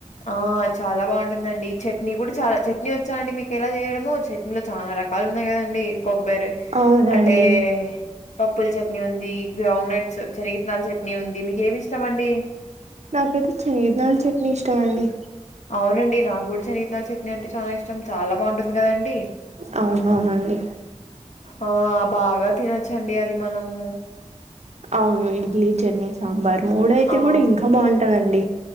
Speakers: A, on the left; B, on the right.
A: ఆ చాలా బాగుంటుందండి చట్నీ కూడ చాలా, చట్నీ వచ్చా అండి మీక ఎలా చేయడమో? చ లో చాలా రకాలు ఉన్నాయి కదండి, కొబ్బరి
B: అవునండి
A: అంటే పప్పుల చెత్ ట్నీ ఉంది, గ్రౌండ్ నట్స్ శనగిత్తనాల చట్నీ ఉంది, మీకేమి ఇష్టం అండి?
B: నాకైతే శనిగిత్తనాల చట్నీ ఇష్టమండి
A: అవునండి నాకు గుడ శనాగిత్తనాల చట్నీ అంటే చాలా ఇష్టం, చాలా బాగుంటుంది కదండి.
B: అవునవునండి.
A: ఆ, బాగా తినోచ్చండి అది మనము.
B: అవును ఇడ్లీ, చట్నీ, సాంబార్ మూడయితే
A: ఆ
B: గూడ ఇంకా బాగుంటదండి.